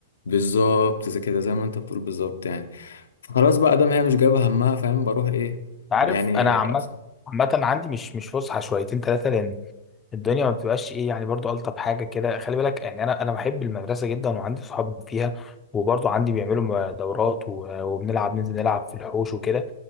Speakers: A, on the left; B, on the left.
A: بالظبط زي كده زي ما انت بتقول بالظبط يعني فخلاص بقى دام هي مش جايبة همها فاهم بروح ايه
B: عارف
A: يعني
B: انا عامة
A: أبسط
B: عامة عندي مش مش فسحة شويتين ثلاثة لأن الدنيا ما بتبقاش ايه يعني برضو ألطف حاجة كده خلي بالك يعني أنا أنا بحب المدرسة جدا وعندي صحاب فيها وبرضو عندي بيعملوا دورات و- وبنلعب ننزل نلعب في الحوش وكده